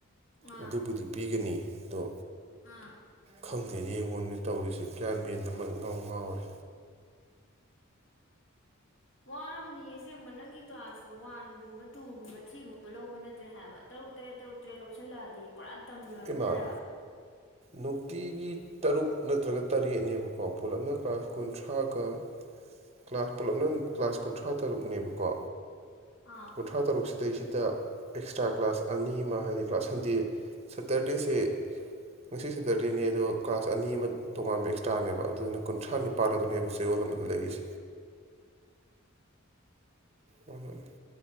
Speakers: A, on the left (about 65°); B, on the right (about 30°).
A: ꯑꯥ
B: ꯑꯗꯨꯕꯨꯗꯤ ꯄꯤꯒꯅꯤ ꯑꯗꯣ
A: ꯑꯥ
B: ꯈꯪꯗꯦ ꯌꯦꯡꯉꯣꯟꯅꯦ ꯇꯧꯔꯤꯁꯦ ꯒ꯭ꯌꯥꯟ ꯃꯦꯟ ꯑꯃ ꯏꯉꯥꯎ ꯉꯥꯎꯔꯦ
A: ꯋꯥꯔꯝꯅꯤ ꯑꯁꯦꯡꯕ ꯅꯪꯒꯤ ꯀ꯭ꯂꯥꯁꯇꯣ ꯋꯥꯟꯒꯨꯝꯕ ꯇꯨꯒꯨꯝꯕ ꯊ꯭ꯔꯤꯒꯨꯝꯕ ꯂꯧꯕ ꯅꯠꯇ꯭ꯔꯦ ꯍꯥꯏꯕ ꯇꯔꯨꯛ ꯇꯔꯦꯠ ꯇꯔꯨꯛ ꯇꯔꯦꯠ ꯂꯧꯁꯤꯜꯂꯛꯑꯗꯤ ꯄꯨꯔꯥ ꯗꯝꯂꯣꯏꯔꯝꯅꯤ
B: ꯏꯃꯥ
A: ꯍꯥꯏꯕ
B: ꯅꯨꯡꯇꯤꯒꯤ ꯇꯔꯨꯛ ꯅꯠꯇ꯭ꯔꯒ ꯇꯔꯦꯠꯅꯦꯕꯀꯣ ꯄꯨꯂꯞꯅ ꯀ꯭ꯂꯥꯁ ꯀꯨꯟꯊ꯭ꯔꯥꯒ ꯀ꯭ꯂꯥꯁ ꯄꯨꯂꯞꯅ ꯀ꯭ꯂꯥꯁ ꯀꯨꯟꯊ꯭ꯔꯥ ꯇꯔꯨꯛꯅꯦꯕꯀꯣ
A: ꯑꯥ
B: ꯀꯨꯟꯊ꯭ꯔꯥ ꯇꯔꯨꯛ ꯁꯤꯗꯩꯁꯤꯗ ꯑꯦꯛꯁꯇ꯭ꯔꯥ ꯀ꯭ꯂꯥꯁ ꯑꯅꯤ ꯑꯃ ꯍꯥꯏꯗꯤ ꯀ꯭ꯂꯥꯁ ꯁꯟꯗꯦ ꯁꯇꯔꯗꯦꯁꯦ ꯉꯁꯤ ꯁꯦꯇꯔꯗꯦꯅꯤ ꯑꯗꯣ ꯀ꯭ꯂꯥꯁ ꯑꯅꯤ ꯑꯃ ꯇꯣꯉꯥꯟꯕ ꯑꯦꯛꯁꯇ꯭ꯔꯥꯅꯦꯕ ꯑꯗꯨꯅ ꯀꯨꯟꯊ꯭ꯔꯥꯅꯤ ꯄꯥꯜ ꯑꯗꯨꯅꯦꯕ ꯆꯌꯣꯜ ꯑꯃꯗ ꯂꯩꯔꯤꯁꯤ
A: ꯎ <unintelligible>
B: ꯎꯝ <unintelligible>